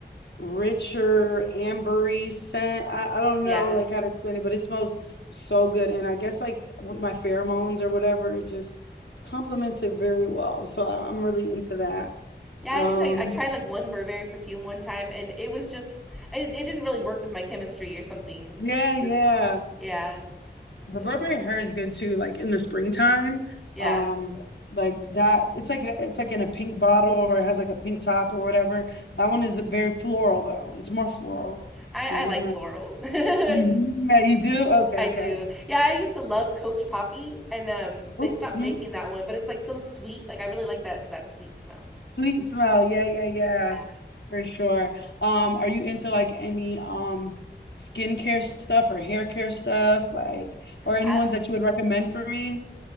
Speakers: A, on the left; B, in the centre.
A: richer ambery scent. I, I don't
B: Yeah,
A: know like how to explain it, but it smells so good. And I guess like with my pheromones or whatever, it just complements it very well. So I, I'm really into that.
B: yeah.
A: Um,
B: I think like I tried like one Burberry perfume one time, and it was just I, it didn't really work with my chemistry or something.
A: yeah, yeah.
B: It was yeah,
A: The
B: but,
A: Burberry hair is good too, like in the springtime.
B: yeah.
A: Um, like that it's like it's like in a pink bottle or it has like a pink top or whatever. That one is very floral though. It's more floral.
B: I
A: And
B: I like
A: I'm not
B: florals. <laughs>
A: Mhm. Yeah, you do? Okay,
B: I
A: okay.
B: do. Yeah, I used to love Coach Poppy, and um, they
A: hmm
B: stopped making that one, but it's like so sweet. Like I really like that that sweet smell.
A: Sweet smell. Yeah, yeah, yeah.
B: Yeah.
A: For sure. Um, are you into like any um skincare stuff or hair care stuff, like or any
B: I
A: ones that you would recommend for me? <laughs>